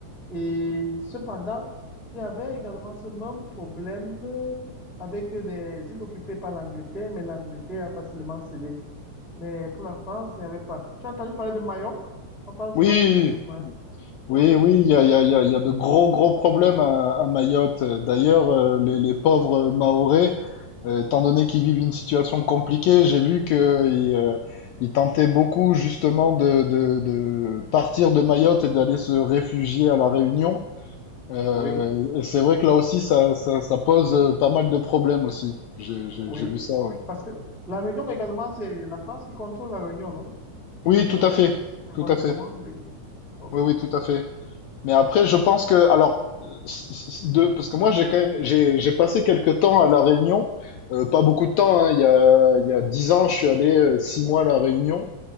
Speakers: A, in the centre; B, on the left.
A: Et cependant, il y avait également ce même problème euh, avec des îles occupées par l'Angleterre, mais l'Angleterre a facilement cédé. Mais pour la France, il n'y avait pas. Tu as entendu parler de Mayotte? On parle
B: Oui,
A: souvent de, de, Ma-
B: Oui,
A: oui,
B: oui, il y a, il y a, il y a il y a de gros, gros problèmes à, à Mayotte. D'ailleurs, euh, les, les pauvres Mahorais, euh, étant donné qu'ils vivent une situation compliquée, j'ai vu qu'ils euh, ils tentaient beaucoup justement de, de, de partir de Mayotte et d'aller se réfugier à La Réunion. Euh,
A: oui,
B: et c'est vrai que là aussi, ça, ça, ça pose euh, pas mal de problèmes aussi. J'ai, j'ai,
A: oui.
B: j'ai vu ça, oui.
A: Parce que la Réunion également, c'est la France qui contrôle la Réunion, non?
B: Oui,
A: Euh,
B: tout à fait,
A: si j'ai
B: tout
A: bonne
B: à
A: mémoire,
B: fait.
A: oui. Ok.
B: Oui, oui, tout à fait. Mais après, je pense que, alors, s- s- de, parce que moi, j'ai quand même, j'ai, j'ai passé quelques temps à La Réunion, Euh, pas beaucoup de temps, hein, il y a, il y a 10 ans, je suis allé euh, six mois à La Réunion,